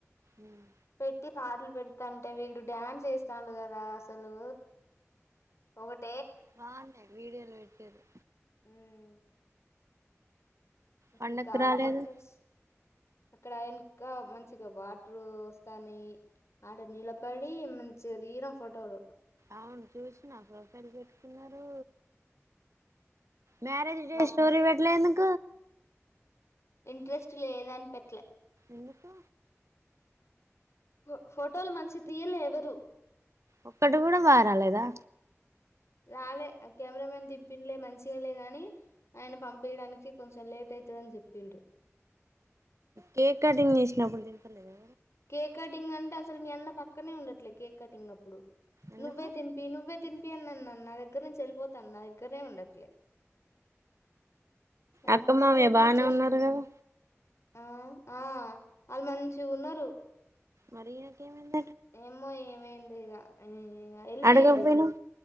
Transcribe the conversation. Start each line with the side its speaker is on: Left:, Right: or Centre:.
Right: ఉమ్
Left: పెట్టి పాటలు పెడతా అంటే వీడు డ్యాన్స్ చేస్తాండు కదా అసలు ఒకటి
Right: బాన్నాయి వీడియోలు పెట్టిరు
Left: ఉమ్
Right: పండక్కి
Left: ఇంకా
Right: రాలేదు
Left: ఫొటోస్ అక్కడ ఆయన ఇంకా మంచిగా వాటర్ వస్తాన్నయి ఆడ నిలబడి మంచిగా దిగినం ఫోటోలు
Right: అవును చూసి నాకు రసలి పెట్టుకున్నారు మ్యారేజ్
Left: మా
Right: స్టోరీ పెట్లే ఎందుకు
Left: ఇంట్రెస్ట్ లేదు అని పెట్లే
Right: ఎందుకు
Left: ఫో ఫోటోలు మంచి తీయలే ఎవరు
Right: ఒక్కటి కూడా మారాలేదా
Left: రాలే ఆ కెమెరా మేన్ దింపిండలే మంచిగలే గాని ఆయన పంపియడానికి కొంచెం లేట్ అయితదిని చెప్పిండ్రు
Right: కేక్ కటింగ్ చేసినప్పుడు తింటలేదా
Left: కేక్ కటింగ్ అంటే అసలు మీ అన్న పక్కనే ఉండట్లే కేక్ కటింగ్ అప్పుడు
Right: ఎందుకు
Left: నువ్వే తిన్పి నువ్వే తినిపి అన్నన్ను నా దగ్గర నుంచి వెళిపోతాను నా దగ్గరనే ఉండట్లే నాకు
Right: అత్త
Left: మస్తు
Right: మామయ్య
Left: కోపం
Right: బానే
Left: వచ్చేసింది
Right: ఉన్నారు కదా
Left: ఆ ఆ వాళ్ళు మంచిగ ఉన్నారు
Right: మరియాకేమైంది
Left: ఏమో ఏ ఏంటిది ఇగ ఎల్లిపోయిండు
Right: అడగకపోయినవ్